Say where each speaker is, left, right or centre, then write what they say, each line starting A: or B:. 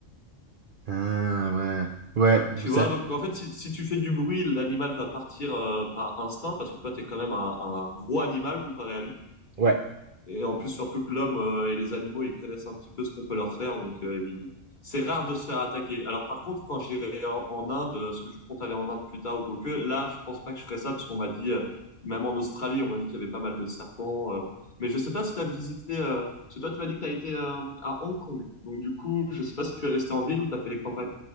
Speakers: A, on the right (about 50°); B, on the left (about 40°).
A: Ah ouais. Ouais,
B: Tu
A: ça...
B: vois, donc en fait, si, si tu fais du bruit, l'animal va partir euh, par instinct, parce que toi, t'es quand même un, un gros animal comparé à lui.
A: Ouais.
B: Et en plus, surtout que l'homme euh, et les animaux, ils connaissent un petit peu ce qu'on peut leur faire, donc euh, ils- c'est rare de se faire attaquer. Alors par contre, quand j'irai en, en Inde, euh, parce que je compte aller en Inde plus tard ou quoi que, là, je pense pas que je ferai ça, parce qu'on m'a dit, euh, même en Australie, on m'a dit qu'il y avait pas mal de serpents. euh. Mais je sais pas si tu as visité, euh, parce que toi, tu m'as dit que tu as été euh, à Hong Kong, donc du coup, je sais pas si tu es resté en ville ou tu as fait les campagnes.